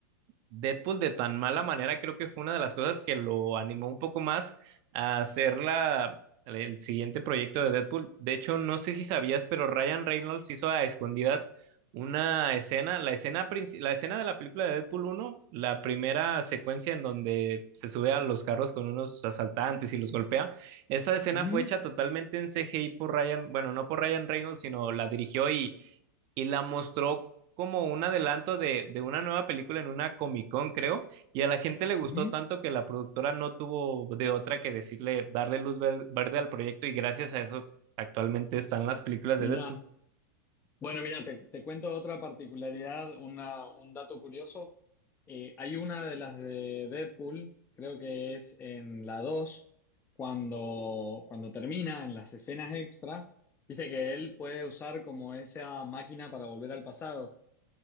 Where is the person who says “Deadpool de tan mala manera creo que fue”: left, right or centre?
Right